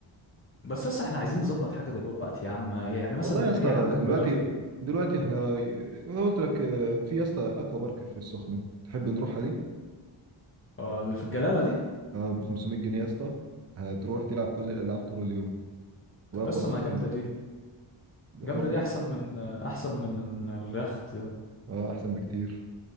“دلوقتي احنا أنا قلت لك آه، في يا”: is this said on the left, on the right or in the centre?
Right